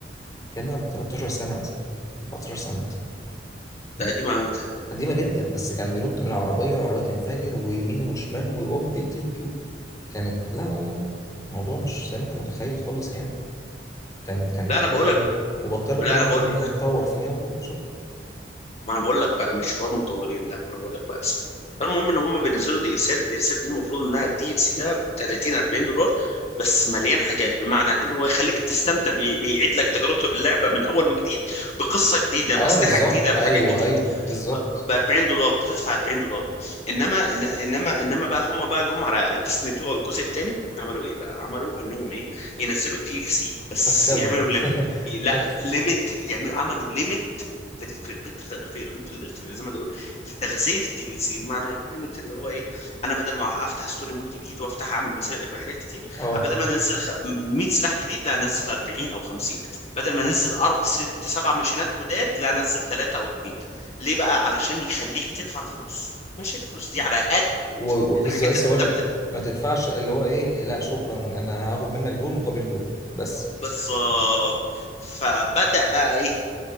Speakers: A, on the left; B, on the left.
A: كان ده من 13 سنة مثلا 14 سنة مثلا
B: ده قديمه قوي ده
A: قديمة جدا بس كان بينط من العربية والعربية تنفجر ويمين وشمال ويقب يطيك و... كانت لا لا لا لا الموضوع مش زي ما انت متخيل خالص يعني كانت كانت
B: لا
A: حاجة
B: انا بقول
A: حلوة
B: لك
A: وبطلت
B: لا
A: برضو
B: انا بقول
A: ان هي تطور فيها وشكرا
B: ما انا بقول لك بقى مش حوار مطورين لا انا بقول لك بقى اسم المهم ان هم بينزلوا دي السات الدي السات دي المفروض انها الدي ال سي ده ب 30 40 دولار بس مليان حاجات بمعنى انه هو يخليك تستمتع بي... بيعيد لك تجربته باللعبه من اول وجديد بقصه جديده
A: اه
B: باسلحه
A: بالظبط
B: جديده بحاجات
A: ايوه
B: جديده
A: ايوه بالظبط
B: ب 40 دولار بتدفع 40 دولار انما إن- انما انما بقى هم بقى جم على ديستني 2 او الجزء الثاني عملوا ايه بقى عملوا انهم ايه ينزلوا الدي ال سي بس
A: فخده
B: يعملوا ليميت
A: <laughs>
B: لا
A: فخ
B: ليميت يعملوا عملوا ليميت في ال- في ال- في ال- في ال- في ال- في- زي ما بقول في تغذيه الدي ال سي بمعنى قيمه اللي هو ايه انا بدل ما افتح ستوري مود جديد وافتح اعمل مسا... حاجات كتير
A: اه
B: بدل ما انزل خ- 100 سلاح جديد لا انزل 40 او 50 بدل ما انزل أر- ست سبع ماشينات جداد لا انزل ثلاثه او اثنين ليه بقى علشان يخليك تدفع فلوس ماشي الفلوس دي على قد
A: وبالظبط
B: الحاجات
A: لسه
B: اللي
A: اقول
B: انت
A: لك
B: بتدفع
A: ما تدفعش اللي هو ايه لا شكرا انا هاخد منك دول مقابل دول بس
B: بالظبط فبدأ بقى ايه